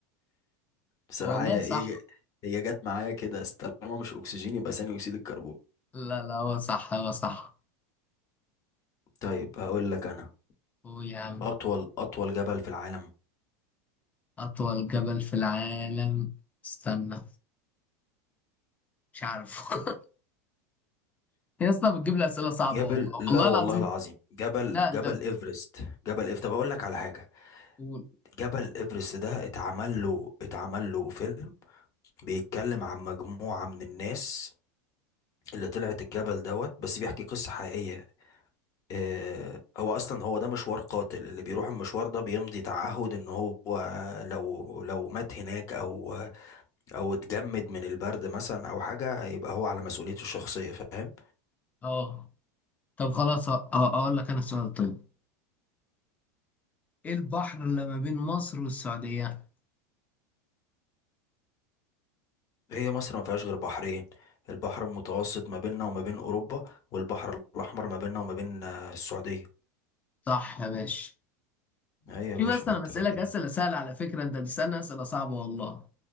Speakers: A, on the left; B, on the left.
A: بصراحة
B: والله
A: هي
B: صح
A: هي هي جت معايا كده بس طالما مش أكسجين يبقى ثاني أكسيد الكربون
B: لا لا هو صح هو صح
A: طيب هقول لك أنا
B: هو يا عم
A: أطول أطول جبل في العالم
B: اطول جبل في العالم استنى مش عارف <laughs> يا اسطى بتجيب لي اسئله صعبه
A: جبل
B: والله
A: لا
B: والله
A: والله
B: العظيم
A: العظيم جبل
B: لا
A: جبل
B: انت
A: إيفرست جبل إيف طب أقول لك على حاجة
B: قول
A: جبل إيفرست ده اتعمل له اتعمل له فيلم بيتكلم عن مجموعة من الناس اللي طلعت الجبل دوت بس بيحكي قصة حقيقية آه، هو اصلا هو ده مشوار قاتل اللي بيروح المشوار ده بيمضي تعهد ان هو لو لو مات هناك او او اتجمد من البرد مثلا او حاجة يبقى هو على مسؤوليته الشخصية فاهم
B: اه طب خلاص اه اقول لك انا سؤال طيب ايه البحر اللي ما بين مصر والسعودية؟
A: هي مصر ما فيهاش غير بحرين البحر المتوسط ما بيننا وما بين اوروبا والبحر الاحمر ما بيننا وما بين آه، السعودية
B: صح يا باشا
A: ايوه
B: في
A: يا باشا
B: بس
A: ما
B: انا
A: انت
B: بسألك
A: فاكر
B: اسئلة
A: ايه
B: سهلة على فكرة انت بتسألني اسئلة صعبة والله